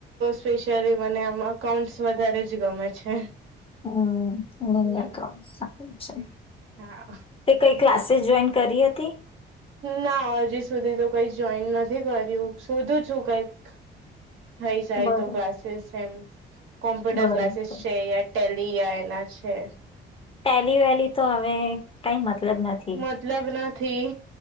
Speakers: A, on the right; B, on the left.
A: સ્પેશિયલી મને આમાં અકાઉન્ટ્સ વધારે જ ગમે છે.
B: હમ,
A: હમ
B: નઈ અકાઉન્ટ્સ સારુ છે.
A: હા.
B: તે કઈ ક્લાસીસ જોઈન કરી હતી?
A: ના! હજી સુધી તો કઈ જોઈન નથી કર્યું, શોધું છું કઈક થઈ જાય
B: બરો
A: તો ક્લાસીસ એમ કોમ્પ્યુટર
B: બરોબર
A: ક્લાસીસ છે <unintelligible> ટેલિ આયના છે.
B: ટેલિ વેલી તો હવે કઈ મતલબ નથી.
A: મતલબ નથી.